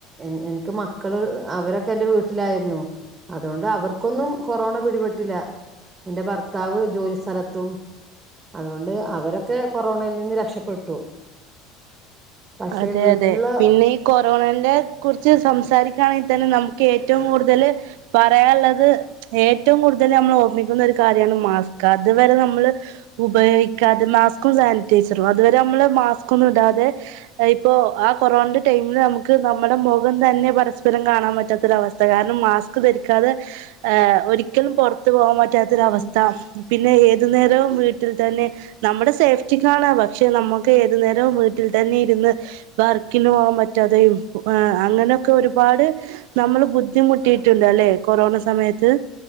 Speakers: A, on the right; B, on the right.
A: എൻ എനിക്ക് മക്കള് അവരൊക്കെ എൻറെ വീട്ടിലായിരുന്നു. അതൊണ്ട് അവർക്കൊന്നും കൊറോണ പിടിപെട്ടില്ല. ഇന്റെ ഭർത്താവ് ജോലി സ്ഥലത്തും. അതോണ്ട് അവരൊക്കെ കൊറോണയിൽ നിന്ന് രക്ഷപ്പെട്ടു. പക്ഷെ
B: അതെ
A: വീട്ടിലുള്ള
B: അതെ പിന്നീ കൊറോണെന്റെ കുറിച്ച് സംസാരിക്കയാണെങ്കി തന്നെ നമുക്ക് ഏറ്റവും കൂടുതല് പറയാള്ളത് ഏറ്റവും കൂടുതൽ നമ്മളോർമ്മിക്കുന്നൊരു കാര്യാണ് മാസ്ക് അതുവരെ നമ്മള് ഉപയോഗിക്കാതെ മാസ്കും സാനിറ്റൈസറും അതുവരെ നമ്മള് മാസ്കൊന്നുടാതെ തഇപ്പോ ആ കൊറോണന്റെ ടൈമില് നമുക്ക് നമ്മുടെ മുഖം തന്നെ പരസ്പരം കാണാൻ പറ്റാത്തൊരവസ്ഥ കാരണംമാസ് ക്ക് ധരിക്കാതെ ഏഹ് ഒരിക്കലും പൊറത് പോവാപറ്റാത്തൊരവസ്ഥ പിന്നെ ഏതുനേരവും വീട്ടിൽതന്നെ നമ്മടെ സേഫ്റ്റിക്കാണ് പക്ഷെ നമ്മുക്കേതുനേരം വീട്ടിൽതന്നെ ഇരുന്ന് വർക്കിനോവാപറ്റാതെയും അങ്ങനെയൊകൊരുപാട് നമ്മള് ബുദ്ധിമുട്ടിട്ടുണ്ട് അല്ലെ കൊറോണസമയത്ത്